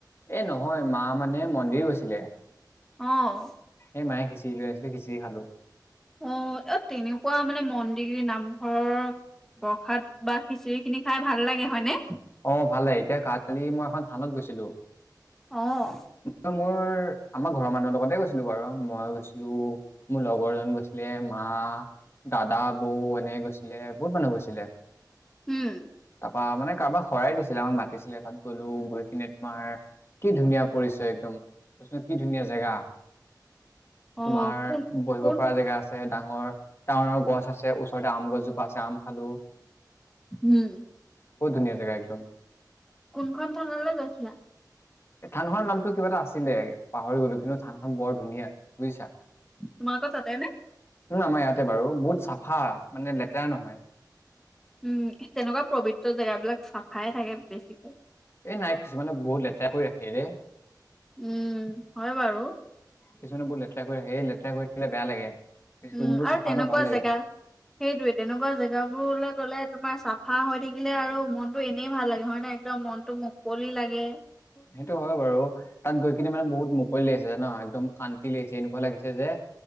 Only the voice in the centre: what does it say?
অ'।
অ' এত তেনে কুৱা মানে মন্দিৰ, নামঘৰৰ প্ৰসাদ বা খিচিৰিখিনি খাই ভাল লাগে হয়নে?
অ'।
উম
অ
কোন
কোন
হুম।
কোনখন থানলৈ গৈছিলা?
তোমাৰ তাতেনে?
উম, তেনেকুৱা পবিত্ৰ জেগাবিলাক চাফাই থাকে বেছিকে।
উম, হয় বাৰু।
উম, আৰু
তেনেকুৱা
জেগা, সেইটোৱে তেনেকুৱা জেগাবোৰলে গ'লে তোমাৰ চা ফা হৈ থাকিলে আৰু মনটো এনেই ভাল লাগে হয়নে, একদম মনটো মুকলি লাগে।